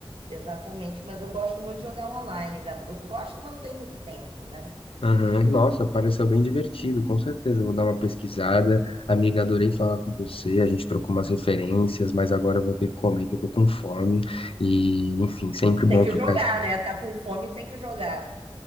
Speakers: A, on the right; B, on the left.
A: exatamente, mas eu gosto muito de jogar online, gam- eu gosto, mas não tem muito tempo, né?
B: Aham,
A: de
B: Nossa,
A: jo-
B: pareceu bem divertido, com certeza. Eu Vou dar uma pesquisada. Amiga, adorei falar com você. A gente trocou umas referências, mas agora eu vou ter que comer, que eu tô com fome. E, enfim, sempre
A: E
B: bom
A: Tem que
B: trocar
A: jogar,
B: essa
A: né? Tá com fome, tem que jogar.